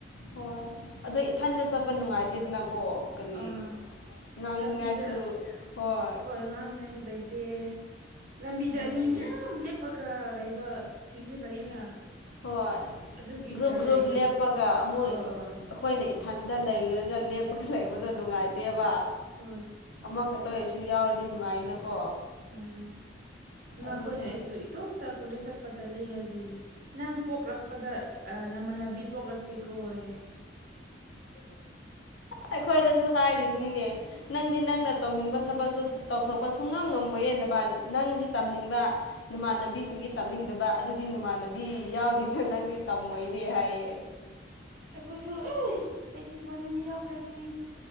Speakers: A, on the left; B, on the right.
A: ꯍꯣꯏ ꯑꯗꯣ ꯏꯊꯟꯗ ꯆꯠꯄ ꯅꯨꯡꯉꯥꯏꯇꯦꯗꯅꯀꯣ ꯀꯔꯤ
B: ꯑꯥ
A: ꯉꯥꯡꯅꯤꯉꯥꯏꯁꯨ
B: ꯂꯝꯕꯤꯗ
A: ꯍꯣꯏ
B: ꯉꯥꯡꯅꯤꯉꯥꯏꯁꯨ ꯂꯩꯇꯦ ꯂꯝꯕꯤꯗ
A: ꯎꯝ
B: ꯃꯤ ꯃꯌꯥꯝ ꯂꯦꯞꯄꯒ ꯂꯩꯕ ꯁꯤꯡꯁꯨ ꯂꯩꯌꯦꯅ
A: ꯍꯣꯏ
B: ꯑꯗꯨꯒꯤ
A: ꯒ꯭ꯔꯨꯞ
B: ꯇꯜꯂꯦ
A: ꯒ꯭ꯔꯨꯞ
B: ꯑꯩꯗꯤ
A: ꯂꯦꯞꯄꯒ ꯑꯃꯨꯛ
B: ꯑꯥ
A: ꯑꯩꯈꯣꯏꯅ
B: ꯑꯥ
A: ꯏꯊꯟꯇ ꯂꯩꯔꯒ ꯂꯦꯞꯄꯒ ꯂꯩꯕꯗꯣ ꯅꯨꯡꯉꯥꯏꯇꯦꯕ
B: ꯍꯣꯢ
A: ꯑꯃꯈꯛꯇ ꯑꯣꯏꯁꯨ ꯌꯥꯎꯔꯗꯤ ꯅꯨꯡꯉꯥꯏꯅꯀꯣ
B: ꯎꯝ ꯏꯃꯈꯣꯏꯅ
A: ꯑꯗꯨꯅꯤ
B: ꯑꯩꯁꯨ ꯏꯇꯣꯝꯇ ꯀꯣꯂꯦꯖ ꯆꯠꯄ ꯇꯥꯜꯂꯦ ꯍꯥꯏꯕꯒꯤ ꯅꯪ ꯄꯣꯛꯂꯛꯄꯗ ꯅꯃꯥꯟꯅꯕꯤ ꯄꯣꯛꯂꯛꯇꯦꯀꯣ ꯍꯥꯏꯌꯦ
A: ꯑꯩꯈꯣꯏꯗꯁꯨ ꯍꯥꯏꯔꯤꯅꯤꯅꯦ ꯅꯪꯗꯤ ꯅꯪꯅ ꯇꯧꯅꯤꯡꯕ ꯊꯕꯛꯇꯣ ꯇꯧꯊꯣꯛꯄ ꯁꯨꯉꯝ ꯉꯝꯃꯣꯏꯅ ꯅꯪꯗꯤ ꯇꯝꯅꯤꯡꯕ ꯅꯨꯃꯥꯟꯅꯕꯤꯁꯤꯡꯗꯤ ꯇꯝꯅꯤꯡꯗꯕ ꯑꯗꯨꯗꯤ ꯅꯃꯥꯟꯅꯕꯤ ꯌꯥꯎꯗꯦꯅ ꯅꯪꯗꯤ ꯇꯝꯃꯣꯏꯅꯦ ꯍꯥꯏꯌꯦ
B: ꯑꯩꯈꯣꯏꯁꯨ ꯑꯦ ꯑꯩꯁꯨ ꯏꯃꯥꯟꯅꯕꯤ ꯌꯥꯎꯗ꯭ꯔꯗꯤ